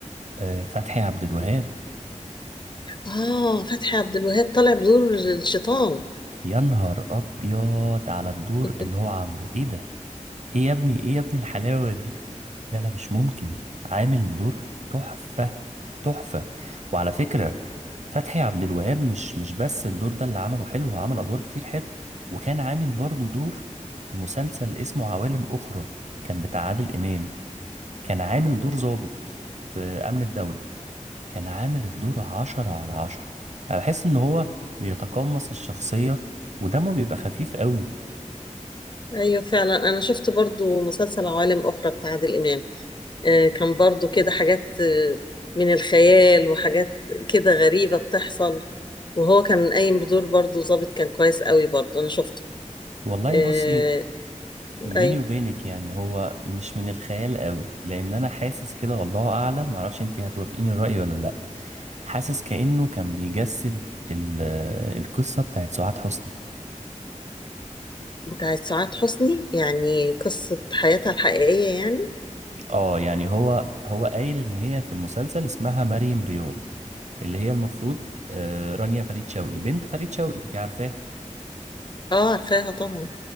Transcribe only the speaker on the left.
اه فتحي عبد الوهاب طالع بدور الشيطان
<laughs>
ايوه فعلا انا شفت برضو مسلسل عوالم اخرى بتاع عادل امام آه كان برضو كده حاجات آه، من الخيال وحاجات كده غريبة بتحصل وهو كان قايم بدور برضو ظابط كان كويس قوي برضو انا شفته
آه
ايوه
بتاعت سعاد حسني يعني قصة حياتها الحقيقية يعني
اه عارفاها طبعا